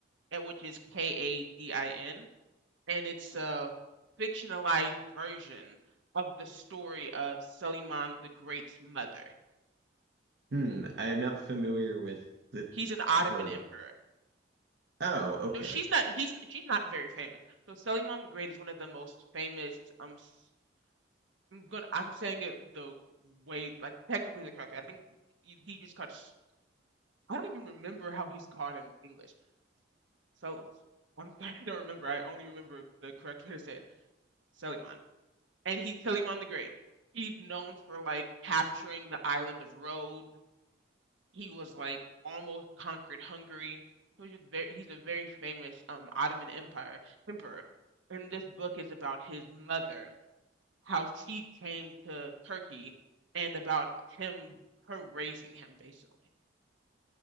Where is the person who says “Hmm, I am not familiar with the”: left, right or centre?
Right